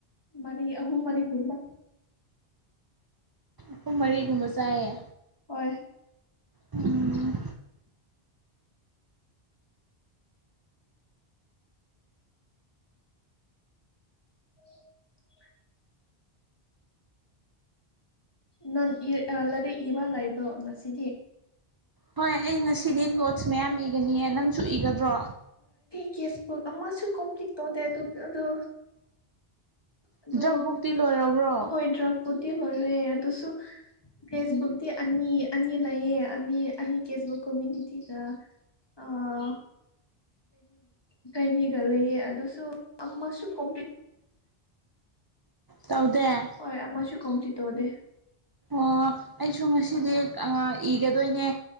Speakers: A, on the left (about 25°); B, on the right (about 35°).
A: ꯃꯔꯤ ꯑꯍꯨꯝ ꯃꯔꯤꯒꯨꯝꯕ
B: ꯑꯍꯨꯝ ꯃꯔꯤꯒꯨꯝꯕ ꯆꯥꯏꯌꯦ
A: ꯍꯣꯏ
B: ꯎꯝ
A: <inaudible> ꯅꯪ ꯂꯩꯔꯤꯛ ꯏꯕ ꯂꯩꯕ꯭ꯔꯣ ꯉꯁꯤꯗꯤ
B: ꯍꯣꯏ ꯑꯩ ꯉꯁꯤꯗꯤ ꯅꯣꯠꯁ ꯃꯌꯥꯝ ꯏꯒꯅꯤꯌꯦ ꯅꯪꯁꯨ ꯏꯒꯗ꯭ꯔꯣ
A: ꯇꯦꯛꯁꯕꯨꯛ ꯑꯃꯁꯨ ꯀꯣꯝꯄ꯭ꯂꯤꯠ ꯇꯧꯗꯦ ꯑꯗꯨ ꯑꯗꯨ ꯑꯗꯨ
B: ꯗ꯭ꯔꯛ ꯕꯨꯛꯇꯤ ꯂꯣꯏꯔꯕ꯭ꯔꯣ
A: ꯍꯣꯏ ꯗ꯭ꯔꯛꯄꯨꯗꯤ ꯂꯣꯏꯔꯦ ꯑꯗꯨꯁꯨ ꯀꯦꯁꯕꯨꯛꯗꯤ ꯑꯅꯤ ꯑꯅꯤ ꯂꯩꯌꯦ ꯑꯅꯤ ꯑꯅꯤ ꯀꯦꯁꯕꯨꯛ ꯀꯝꯃ꯭ꯌꯨꯅꯤꯇꯤꯒ ꯑꯥ <unintelligible> ꯅꯤꯒ ꯂꯩꯌꯦ ꯑꯗꯨꯁꯨ ꯑꯃꯁꯨ ꯀꯣꯝ
B: ꯇꯧꯗꯦ
A: ꯍꯣꯏ ꯑꯃꯁꯨ ꯀꯝꯄ꯭ꯂꯤꯠ ꯇꯧꯗꯦ
B: ꯑꯣ ꯑꯩꯁꯨ ꯉꯁꯤꯗꯤ ꯑꯥ ꯏꯒꯗꯣꯏꯅꯦ